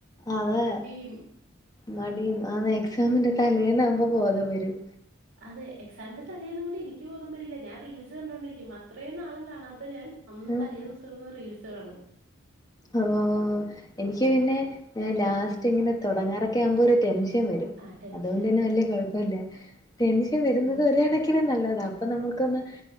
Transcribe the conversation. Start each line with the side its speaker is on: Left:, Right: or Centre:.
Left: അതെ
Right: മടിയും
Left: മടിയും ആ എക്സാമിന്റെ തലേന്നവുമ്പോ ബോധം വരും
Right: അതെ എക്സാമിന്റെ തലേന്നും കൂടി എനിക്ക് ബോധം വരീല ഞാൻ റീൽസ് കണ്ടുകൊണ്ടിരിക്കും അത്രയും നാളും കാണാത്ത ഞാൻ അന്ന്
Left: ഉം.
Right: തലേ ദിവസ കിടന്ന് റീൽസ് കാണും
Left: അവോ എനിക്ക് പിന്നെ ലാസ്റ്റ് ഇങ്ങനെ തുടങ്ങാറൊക്കെ ആകുമ്പോ ഒരു ടെൻഷൻ വരും
Right: ആ ടെൻഷൻ
Left: ത് അതുകൊണ്ട് തന്നെ
Right: ആ
Left: വല്യ കുഴപ്പല്ല ടെൻഷൻ വരുന്നത്
Right: ഉം
Left: ഒരു കണക്കിന് നല്ലതാണ് അപ്പൊ നമ്മുക്കൊന്ന്